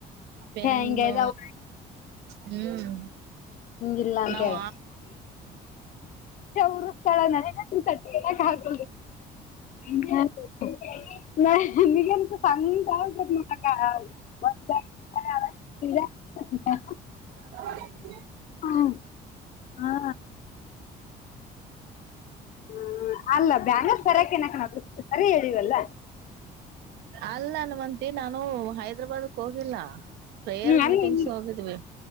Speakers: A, on the right; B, on the left.
A: ಪೆನ್ನ್ನು
B: ಛೆ ಹಿಂಗ ಇದಾವ
A: ಹ್ಮ್
B: ಹ್ಮ್ ಇಲ್ಲಾ ಅಂತೇಳಿ
A: ನಾವು
B: ನ ಉ್ತಾಳ ನ ಹಾಕ <unintelligible> ನ ನಿಗನು ಚಲಿಾವದ <unintelligible> <unintelligible>
A: ಹ <inaudible>
B: ಹ್ಮ ಹಾ ಹ್ಮ ಅಲ್ಲ ಬ್ಯಾಂಗಲ್ ಸರಿಯಕ ಏನಕ ನ ಸರಿ ಹೇಳಿವವಲ್ಲ
A: ಅಲ್ಲಾನ ನಾನು ಹೈದ್ರಾಬಾದಕ್ ಹೋಗಿಲ್ಲ ಪ್ರೇಯರ್
B: ಹ್ಮ್ ಅಲ್ಲಿ
A: ಮೀಟಿಂಗ್ಸ್ ಹೋಗಿದ್ವಿ.